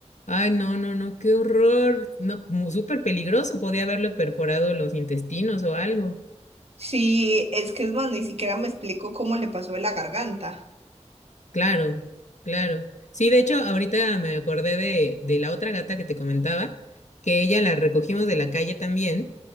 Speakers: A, on the left; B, on the right.
A: Ay, no, no, no, qué horror. No, mu- súper peligroso, podía haberle perforado los intestinos o algo.
B: Sí, es que es más, ni siquiera me explico cómo le pasó de la garganta.
A: Claro, claro. Sí, de hecho, ahorita me acordé de, de la otra gata que te comentaba, que ella la recogimos de la calle también